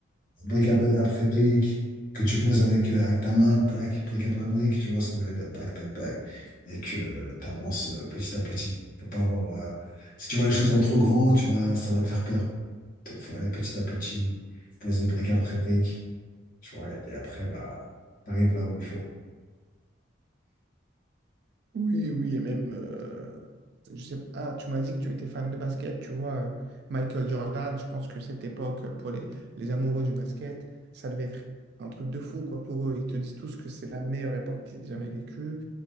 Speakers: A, on the left; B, on the right.
A: brique à après brique, que tu poses avec, euh, avec ta main, tac, brique après brique, tu vois ce que je veux dire, tac, tac, tac, et que euh, tu avances euh, petit à petit. Faut pas avoir, euh, si tu vois les choses en trop grand, tu vas, ça va te faire peur. Donc, faut aller petit à petit, poser brique après brique, tu vois, et après, bah, t'arrives là où il faut.
B: Oui, oui, et même, euh, je sais pas, ah, tu m'as dit que tu étais fan de basket, tu vois, euh, Michael Jordan, je pense que cette époque, pour les, les amoureux du basket, ça devait être un truc de fou, quoi, pour eux. Ils te disent tous que c'est la meilleure époque qu'ils aient jamais vécue